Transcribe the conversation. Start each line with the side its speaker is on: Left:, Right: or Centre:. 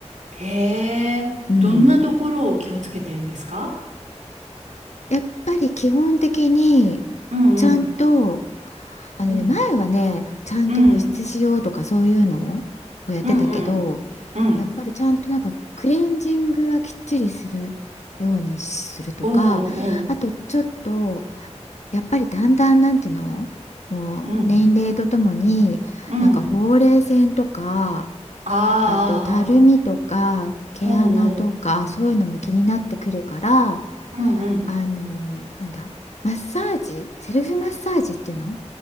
Right: へえ、
Left: うん。
Right: どんなところを気をつけてるんですか
Left: やっぱり基本的に
Right: うんうん
Left: ちゃんとあのね前はねちゃんと保湿しようとかそういうのをやってたけど
Right: うんうんうんうんうん
Left: やっぱりちゃんとなんかクレンジングはきっちりするようにするとかあとちょっと
Right: おうおう
Left: やっぱりだんだんなんていうのもう年齢とともになんかほうれい線とか
Right: うんうんああ
Left: あとたるみとか毛穴とかそういうのも気になってくるから
Right: おうおううんうんうん
Left: あのなんだマッサージセルフマッサージっていうの